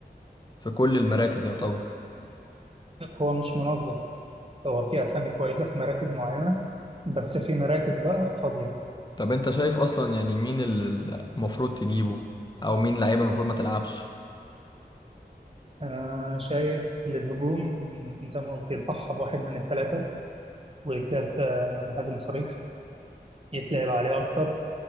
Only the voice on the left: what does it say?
في كل المراكز يعتبر
طب انت شايف اصلا يعني مين اللي المفروض تجيبه او مين لعيبة المفروض ما تلعبش